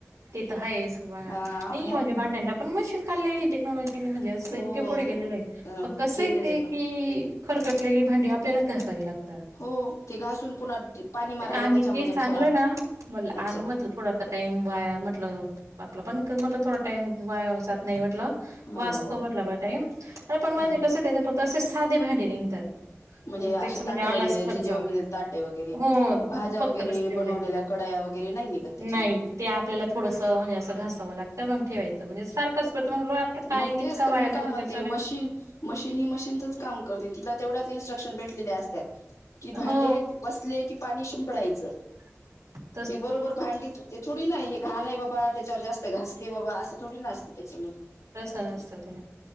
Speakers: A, on the right (about 85°); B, on the left (about 80°).
A: ते तर आहेच नाही
B: अ मग
A: म्हणजे भांड्यांना पण मशीन काढलेली टेक्नॉलॉजी ने म्हणजे असं
B: हो
A: इतके पुढे गेलेलं
B: गेलेलं
A: आहे पण कसंय ते
B: आहे पण
A: की खरकटलेली भांडी आपल्यालाच घासावी लागतात
B: हो ते घासून पुन्हा पाणी
A: ते
B: मारायला
A: आम्ही
B: त्याच्यामध्ये
A: तेच आणलो
B: ठेवा
A: ना म्हल आणू
B: अच्छा
A: म्हटलं थोडा टाइम वाया म्हटलं आपला पण तर म्हणलं थोडा टाईम वाया जात नाही म्हटलं
B: हो
A: वाचतो
B: हो
A: म्हटलं आपला टाइम अरे पण म्हजे
B: हा
A: कसं त्याच्यात फक्त असे साधे भांडे निघतात
B: म्हणजे असे
A: त्याच म्हणजे
B: ताटं
A: आलाच
B: वगैरे
A: खर्च
B: जे जेवलेले ताटे वगैरे
A: हो
B: भाज्या
A: फक्त
B: वगैरे
A: बस तेवढे
B: बनवलेल्या कडाया वगैरे नाही निघत त्याच्यामध्ये
A: नाही ते आपल्याला थोडस म्हणजे अस घासावं लागतं मग ठेवायचं म्हणजे सारखंच पण मग आपला टाइम
B: मग
A: इतका
B: तेच तर
A: वाया
B: मी
A: जातो
B: काय म्हणते
A: त्याच्याने
B: मशीन मशीन ही मशीनचच काम करते तिला तेवढ्या त्या इन्स्ट्रक्शन भेटलेले असत्यात की भांडे
A: हो
B: बसले की पाणी शिंपडायचं
A: <inaudible>
B: ते बरोबर भांडीच ते थोडी नाही हे घाण आहे बाबा त्याच्यावर जास्त घासते बाबा असं थोडी ना असतं त्याच्यामध्ये
A: प्रसन असतं ते.